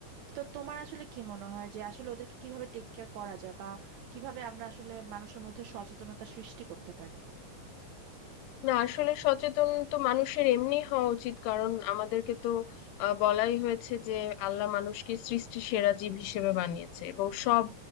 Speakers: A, on the right; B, on the left.
A: তো তোমার আসলে কি মনে হয় যে আসলে ওদেরকে কিভাবে টেক কেয়ার করা যায় বা কিভাবে আমরা আসলে মানুষের মধ্যে সচেতনতা সৃষ্টি করতে পারি
B: না আসলে সচেতন তো মানুষের এমনি হওয়া উচিত কারণ আমাদেরকে তো আহ, বলাই হয়েছে যে আল্লাহ মানুষকে সৃষ্টি সেরা জীব হিসেবে বানিয়েছে এবং সব